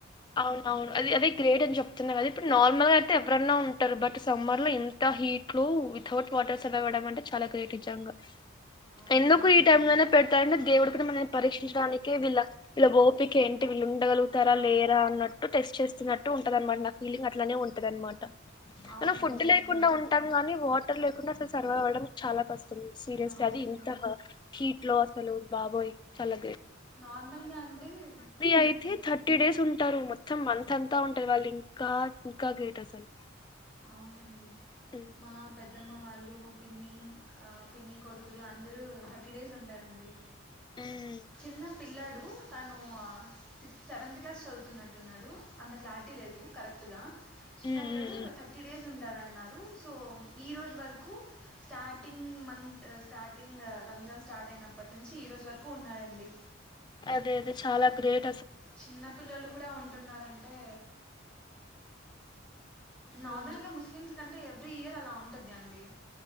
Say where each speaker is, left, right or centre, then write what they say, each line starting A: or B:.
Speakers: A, on the left; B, in the centre.
A: అవును అవును అది అదే గ్రేట్ అని చెప్తున్నా గాద ఇ నార్మల్గా అయితే ఎవరన్నా ఉంటారు. బట్ సమ్మర్ లో ఇంత హీట్లో వితౌట్ వాటర్ సర్వైవ్ అవడం అంటే చాలా గ్రేట్ నీజంగా
B: అవునండి
A: ఎందుకు ఈ టైం లోనే పెడతాడు అంటే దేవుడు ఇక్కడ మనన్నీ పరీక్షించడానికి వీళ్ళ ఓపిక ఏం వీళ్ళు ఉండగలుగుతారా లేరా అన్నట్టు టెస్ట్ చేస్తున్నట్టు ఉంటదన్నమాట నా ఫీలింగ్ అట్లానే ఉంటది అన్నమాట
B: అవునండి
A: మనం ఫుడ్
B: నిజమే
A: లేకుండా ఉంటాం గానీ వా టార్ లేకుండా అస్సలు సర్వైవ్ అవ్వడం చాలా క ష్టం సీరియస్
B: అవునండి
A: వ్యాధి ఇంత హా హీట్ లో ఆ హాలో బాబోయ్ చాల
B: నార్మల్గా అంటే
A: ఆయితే
B: మ్మ్
A: థర్టీ డేస్ ఉంటారు మొత్తం మంత్ అంతా ఉంటారు వాళ్ళు ఇంకా ఇంకా గేట్ అసలు
B: అవునండి
A: ఉమ్.
B: మా పెద్ద ద్దమ్మ వాళ్ళు మా పిన్ని పిన్ని కొడుకులు అందరూ థర్టీ డేస్ ఉంటారండి.
A: ఉమ్,
B: చిన్న పిల్లాడు ను తను ఆ సెవంత్ క్లాస్ చదున్నట్టు ఉన్నాడు. అంత క్లారిటీ లేదు కరె ట్టుగా చిన్న
A: ఉమ్,
B: పిల్లోడు
A: ఉమ్, ఉమ్.
B: ఉంటదన్నారు సో ఈ రోజు వరకు starting month starting Ramzan start అయినప్పటి నుంచి ఈ రోజు వరకు ఉన్నారండి.
A: అదే అదే చాలా గ్రేట్
B: చిన్న పిల్లలు కూడా ఉంటున్నారంటే
A: ఉమ్,
B: నార్మల్గా ముస్లిమ్స్ కం అంటే ఎవ్రీ ఇయర్ అలా ఉంటద్ది అండి.